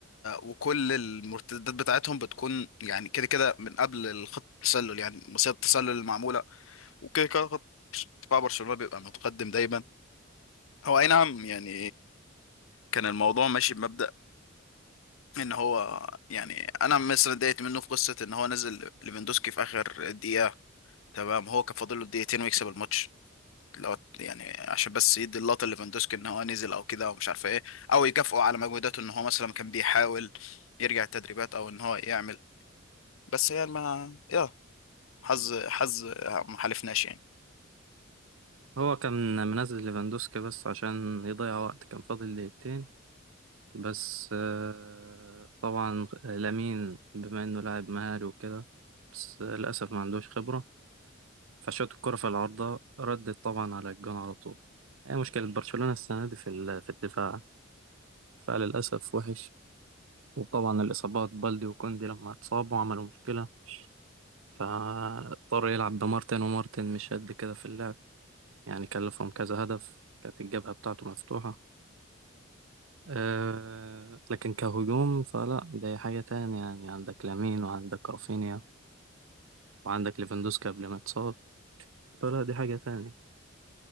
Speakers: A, on the left (about 80°); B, on the right (about 80°).
A: وكل المرتدات بتاعتهم بتكون يعني كده كده من قبل الخط التسلل يعني مصيدة التسلل المعمولة وكده كده خط دفاع برشلونة بيبقى متقدم دايما هو أي نعم يعني كان الموضوع ماشي بمبدأ إن هو يعني أنا مثلا اتضايقت منه في قصة إن هو نزل ليفاندوسكي في آخر دقيقة تمام هو كان فاضل له دقيقتين ويكسب الماتش لو يعني عشان بس يدي اللقطة ليفاندوسكي إن هو نزل أو كده ومش عارف إيه أو يكافئه على مجهوداته إن هو مثلا كان بيحاول يرجع التدريبات او ان هو يعمل بس يعني ما يا حظ حظ ما حالفناش يعني
B: هو كان منزل ليفاندوسكي بس عشان يضيع وقت كان فاضل دقيقتين بس آه، طبعا آه، لامين بما انه لاعب مهاري وكده بس آه، للاسف ما عندوش خبره فشوت الكره في العارضه ردت طبعا على الجون على طول هي مشكله برشلونه السنه دي في ال- في الدفاع فللاسف وحش وطبعا الاصابات بالدي وكوندي لما اتصابوا عملوا مشكله فاضطر يلعب بمارتن ومارتن مش قد كده في اللعب يعني كلفهم كذا هدف كانت الجبهه بتاعته مفتوحه أه لكن كهجوم فلا ده حاجة تانية يعني عندك لامين وعندك رافينيا وعندك ليفاندوسكي قبل ما اتصاب فلا دي حاجة تانية